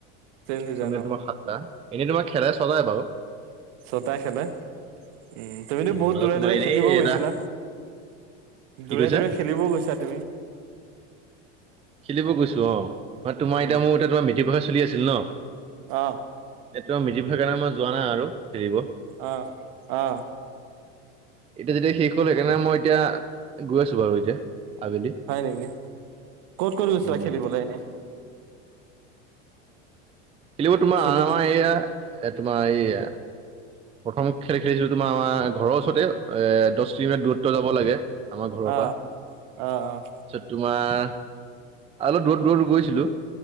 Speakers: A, on the right; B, on the right.
A: চেঞ্জ হৈ
B: চমি
A: যায় ন
B: তোমাক সাতটা এনেই তোমাক খেলাই চলাই বাৰু
A: ছটা খেলে উম তুমিতো বহুত
B: মাজত
A: দূৰে
B: তোমাৰ
A: দূৰে
B: এনেই
A: খেলিবও
B: এটা
A: গৈছিলা।
B: কি
A: দূৰে
B: কৈছা
A: দূৰে খেলিবও গৈছা তুমি।
B: খেলিব গৈছো অ বা তোমাৰ
A: উম
B: এতিয়া মোৰ এয়া তোমাৰ মেট্ৰিক পৰীক্ষা চলি আছিল ন,
A: অ,
B: এটো মেট্ৰিক পৰীক্ষা কেদিনত কাৰণে মই যোৱা নাই আৰু খেলিব।
A: অ অ
B: এতিয়া যেতিয়া শেষ হ'ল সেইকাৰণে মই এতিয়া গৈ আছো বাৰু এতিয়া। আবেলি
A: হয় নেকি ক'ত ক'ত গৈছিলা
B: উম
A: খেলিবলে এনে,
B: খেলিব তোমাৰ
A: খেলিম
B: আমাৰ এইয়া তোমাৰ এইয়া। প্ৰথম খেল খেলিছিলো তোমাৰ আমাৰ ঘৰৰ ওচৰতে এ দহ কিলোমিটাৰ দূৰত্ব যাব লাগে। আমাৰ ঘৰৰ
A: আহ
B: পৰা তাৰিছত
A: আহ আহ
B: তোমাৰ। অলপ দূৰত দূৰত গৈছিলো।